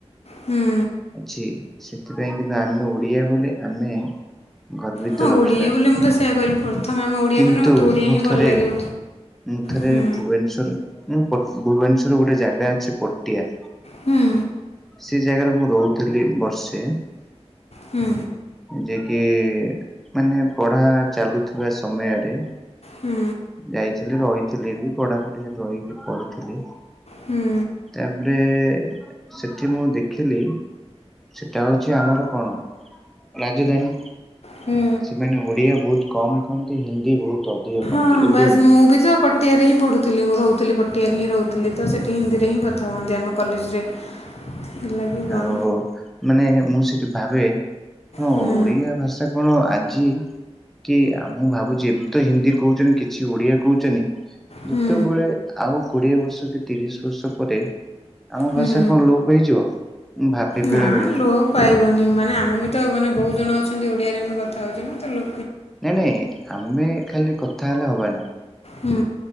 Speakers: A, on the left; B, in the centre.
A: ହୁଁ
B: ଅଛି ସେଥିପାଇଁ କିନ୍ତୁ ଆମେ ଓଡିଆ ବୋଲି ଆମେ ଗର୍ବିତ
A: ହଁ
B: ରଖିବା।
A: ଓଡ଼ିଆ ବୋଲି ମୁଁ ତ ସେୟା କହିଲି ପ୍ରଥମେ ଆମ ଓଡ଼ିଆ
B: କିନ୍ତୁ
A: ମାନେ ମୋତେ ଓଡ଼ିଆ
B: ମୁଁ
A: ହିଁ ଭଲ
B: ଥରେ
A: ଲାଗିବ।
B: ମୁଁ ଥରେ
A: ହୁଁ
B: ଭୁବନେଶ୍ଵର ରେ ମୁଁ ଭୁବନେଶ୍ଵର ଗୋଟେ ଜାଗା ଅଛି ପଟିଆ।
A: ହୁଁ
B: ସେ ଜାଗାରେ ମୁଁ ରହୁଥିଲି ବର୍ଷେ।
A: ହୁଁ
B: ଯେ କି ମାନେ ପଢା ଚାଲୁଥିବା ସମୟରେ।
A: ହୁଁ।
B: ଯାଇଥିଲି ରହିଥିଲି ବି ପଢାପୁଢିରେ ରହିକି ପଢୁଥିଲି।
A: ହୁଁ।
B: ତାପରେ ସେଠି ମୁଁ ଦେଖିଲି। ସେଟା ହଉଚି ଆମର କଣ ରାଜଧାନୀ?
A: ହୁଁ
B: ସେମାନେ ଓଡିଆ ବହୁତ କମ କୁହନ୍ତି ହିନ୍ଦୀ ବହୁତ ଅଧିକ କହନ୍ତି
A: ହଁ
B: ଏବେ
A: ବାସ୍ ମୁଁ ବି ତ ପ ଟିଆରେ ହିଁ ପଢ଼ୁଥିଲି ମୁଁ ରହୁଥୁଲି ପଟିଆରେ ହିଁ ରହୁଥୁଲି ତ ସେଇଠି ହିନ୍ଦୀରେ ହିଁ କଥା ହୁଅନ୍ତି ଆମ କଲେଜରେ। ହେଲା କି କଣ
B: ଆଉ ମାନେ ମୁଁ ସେଠି ଭାବେ ମୋ
A: ହୁଁ
B: ଓଡିଆ ଭାଷା କଣ ଆଜି କି ମୁଁ ଭାବୁଚି ଏମିତି ତ ହିନ୍ଦୀ କହୁଛନ୍ତି କିଛି ଓଡିଆ କହୁଛନ୍ତି। ଯେତବେଳେ
A: ହୁଁ
B: ଆଉ କୋଡିଏ ବର୍ଷ କି ତିରିଶ ବର୍ଷ ପରେ ଆମ
A: ହୁଁ
B: ଭାଷା କଣ ଲୋପ ହେଇଯିବ ମୁଁ ଭାବେ ବେଳେବେଳେ।
A: ନା ଲୋପ ପାଇବନି ମାନେ ଆମେ ବି ତ ମାନେ ବହୁତ ଜଣ ଅଛନ୍ତି ଓଡ଼ିଆରେ ଆମେ କଥା ହେଉଛେ ନା ତ ଲୋ
B: ନାଇଁ ନାଇଁ ଆମେ ଖାଲି କଥା ହେଲେ ହବାନି।
A: ହୁଁ।